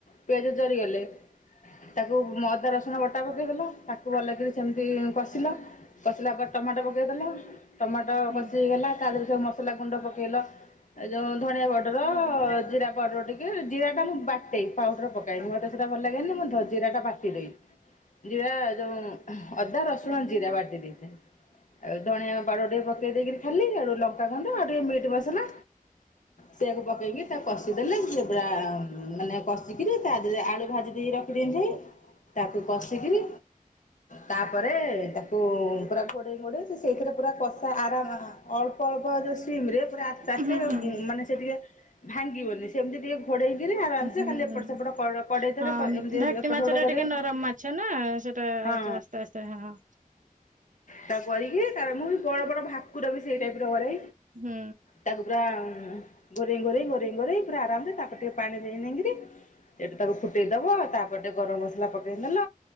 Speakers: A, on the left; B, on the right.
A: ପିଆଜ ଜରିଗଲେ ତାକୁ ମଅଦା ରସୁଣ ବଟା ପକେଇଦେଲ ତାକୁ ଭଲ କରି ସେମତି କଷିଲ କଷିଲା ପରେ ଟମାଟୋ ପକେଇଦେଲ ଟମାଟୋ
B: ହୁଁ
A: କଷି ହେଇଗଲା ତା ଦେହରେ ସବୁ ମସଲା ଗୁଣ୍ଡ ପକେଇଲ। ଏ ଯୋଉ ଧଣିଆ ପାଉଡର ଜିରା ପାଉଡର ଟିକେ ଜିରା ଟା ମୁ ବାଟେ, ପାଉଡର ପକାଏନି ମତେ ସେଟା ଭଲ ଲାଗେନି। ମୁଁ ଧ ଜିରା ଟା ବାଟି ଦେଇ ଜିରା ଯୋଉଁ ଅଦା ରସୁଣ ଜିରା ବାଟି ଦେଇଥାଏ। ଆଉ ଧଣିଆ ପାଉଡର ଟିକିଏ ପକେଇ ଦେଇକରି ଖାଲି, ଆଉ ଲଙ୍କା ଗୁଣ୍ଡ ଆଉ ଟିକେ ମିଟ୍ ମସଲା ସେଆକୁ ପକେଇକି ତା କଷିଦଲେ। ସିଏ ପୁରା ମାନେ କଷିକିରି ତା ଦେହରେ ଆଳୁ ଭା ଜିକି ରଖିଦେଇ ଥିବି ତାକୁ କସିକିରି ତା ପରେ ତାକୁ ପୁରା ଗୋଡେଇ ଗୋଡେଇ ସେଇଥିରେ, ପୁରା କଷା ଆରାମ ଅଳ୍ପ ଅଳ୍ପ ଯଉ ସିମ ରେ ପୁରା ଆସ୍ତେ ଆସ୍ତେ
B: ହୁଁ
A: ଅ
B: ହୁଁ
A: ମାନେ ସେ ଟିକେ ଭାଙ୍ଗିବନି, ସେମିତି ଟିକେ ଘୋଡ଼େଇକିରି ଆରାମସେ
B: ହୁଁ
A: ଖାଲି ଏପଟ
B: ହୁଁ
A: ସେପଟ କ କଡେଇଥରେ
B: ହଁ
A: ଏମିତି
B: ଭାକ୍ଟି
A: ଏପଟ
B: ମାଛ
A: ସେପଟ
B: ଟା
A: କରିବ।
B: ଟିକେ ନରମ ମାଛ ନା ସେଟା
A: ହଁ
B: ଆସ୍ତେ ଆସ୍ତେ ହଁ।
A: ତା କରିକି ତା ମୁଁ ବି ବଡ଼ ବଡ଼ ଭାକୁର ବି ସେଇ ଟାଇପ ର କରେ।
B: ହୁଁ
A: ତାକୁ ପୁରା। ଘୋରେଇ ଘୋରେଇ ଘୋରେଇ ଘୋରେଇ ପୁରା ଆରାମସେ ତାପରେ ଟିକେ ପାଣି ଦେଇ ଦେଇକିରି! ସେଇଠୁ ତାକୁ ଫୁଟେଇ ଦବ ତାପ ଗୋଟେ ଗରମ ମସଲା ପକେଇ ଦେଲ।